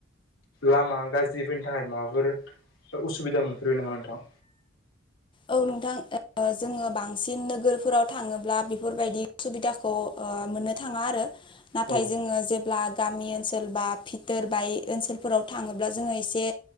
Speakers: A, on the left; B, on the left.
A: लामा गाज्रिफोरनि थाखाय माबाफोर उसुबिदा मोनफेरबाय नामा नोंथां
B: औ नोंथां जोङो बांसिन नोगोरफोराव थाङोब्ला बेफोरबायदि सुबिदाखौ मोननो थाङा आरो नाथाय
A: औ
B: जोङो जेब्ला गामि ओनसोल बा भिथोर बाय ओनसोलफोराव थाङोब्ला जोङो एसे